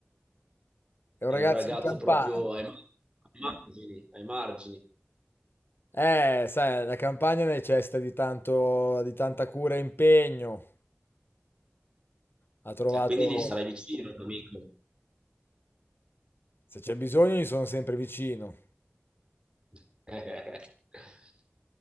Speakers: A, on the left (about 60°); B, on the right (about 25°).
A: è un
B: è
A: ragazzo
B: un ragazzo
A: di campagna.
B: proprio ai mar- ai margini, ai margini.
A: Eh, sai, la campagna necessita di tanto, di tanta cura e impegno. Ha trovato...
B: E quindi lì sarai vicino, amico.
A: Se c'è bisogno, gli sono sempre vicino.
B: <laughs>